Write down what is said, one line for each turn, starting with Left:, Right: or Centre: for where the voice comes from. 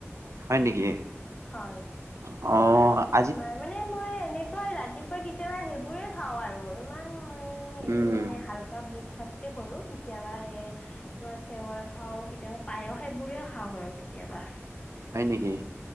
Right: হয় নেকি?
Left: হয়।
Right: অঁ।
Left: তোমাৰ মানে মই এনেকুৱা ৰাতিপুৱা কেতিয়াবা সেইবোৰে খাও আৰু ইমান। ম এইটো
Right: উম
Left: হালকা ব্ৰেকফাষ্টে কৰো কেতিয়াবা এ। ভাতো আচে মই খাওঁ কেতিয়াবা পায়স সেইবোৰে খাওঁ আৰু কেতিয়াবা।
Right: হয় নেকি